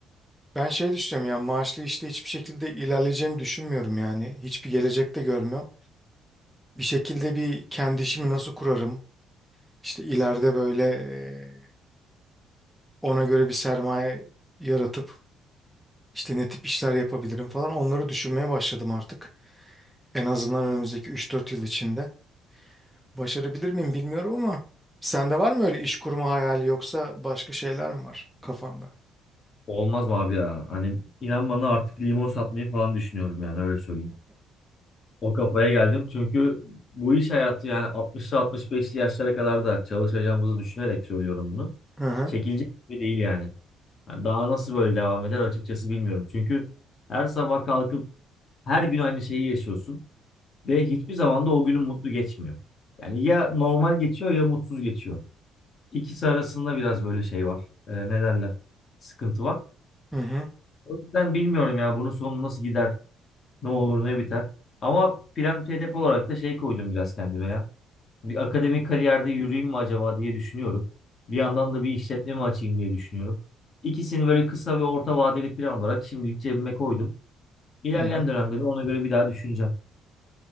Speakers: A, in the centre; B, on the left.
A: ben şey düşünüyorum ya maaşlı işte hiçbir şekilde ilerleyeceğimi düşünmüyorum yani. Hiçbir gelecek de görmüyorum. Bir şekilde bir kendi işimi nasıl kurarım? İşte ileride böyle e, ona göre bir sermaye yaratıp İşte ne tip işler yapabilirim falan onları düşünmeye başladım artık. En azından önümüzdeki üç dört yıl içinde. Başarabilir miyim bilmiyorum ama sende var mı öyle iş kurma hayali yoksa başka şeyler mi var kafanda?
B: Olmaz mı abi ya? Hani inan bana artık limon satmayı falan düşünüyorum yani öyle söyleyeyim. O kafaya geldim çünkü bu iş hayatı yani 60'lı 65'li yaşlara kadar da çalışacağımızı düşünerek söylüyorum bunu.
A: Hı hı.
B: Çekilecek gibi değil yani. Yani daha nasıl böyle devam eder açıkçası bilmiyorum. Çünkü her sabah kalkıp her gün aynı şeyi yaşıyorsun. Ve hiçbir zaman da o günü mutlu geçmiyor. Yani ya normal geçiyor ya mutsuz geçiyor. İkisi arasında biraz böyle şey var. Ee, ne derler? Sıkıntı var.
A: Hı hı.
B: O yüzden bilmiyorum ya bunun sonu nasıl gider, ne olur ne biter. Ama plan hedef olarak da şey koydum biraz kendime ya. Bir akademik kariyerde yürüyeyim mi acaba diye düşünüyorum. Bir yandan da bir işletme mi açayım diye düşünüyorum. İkisini böyle kısa ve orta vadeli plan olarak şimdilik cebime koydum. İlerleyen
A: Hı hı.
B: dönemde de ona göre bir daha düşüneceğim.